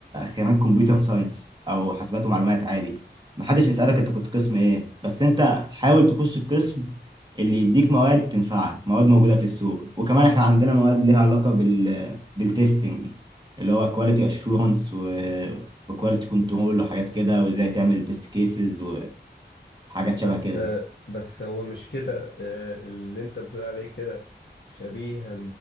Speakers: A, on the right (about 25°); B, on the left (about 80°).
A: خريج كمبيوتر ساينس او حاسبات ومعلومات عادي محدش بيسألك انت كنت قسم ايه بس انت حاول تخش القسم اللي يديك مواد تنفعك مواد موجودة في السوق وكمان احنا عندنا مواد ليها علاقة بال بالتستنج اللي هو كواليتي اشورنس وكواليتي كنترول وحاجات كده وازاي تعمل تيست كيسز وحاجات شبه
B: بس
A: كده
B: بس هو مش كده آه، اللي انت بتقول عليه كده شبيها